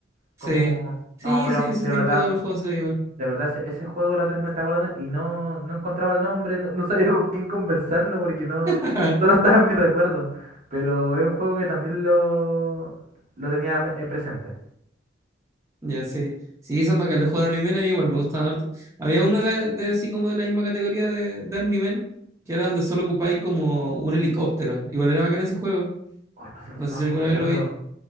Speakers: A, on the right; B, on the right.
A: Sí,
B: como...
A: sí,
B: No, pero
A: sí, ese
B: de
A: tiempo
B: verdad.
A: todos los juegos son igual.
B: De verdad, ese, ese juego la otra vez me estaba acordando y no, no encontraba el nombre, no, no <laughs> sabía con quién conversarlo porque no,
A: <laughs>
B: solo estaba en mi recuerdo. Pero es un juego que también lo, lo tenía pe- eh, presente.
A: Ya, sí. Sí, son bacanes. Los juegos de Army Men a mí igual me gustaban harto. Había uno de, de así como de la misma categoría de, de Army Men, que era donde solo ocupáis como un helicóptero. Igual era bacán ese juego.
B: Oye, parece que
A: No
B: sí
A: sé
B: me acuerdo.
A: si alguna vez lo vi.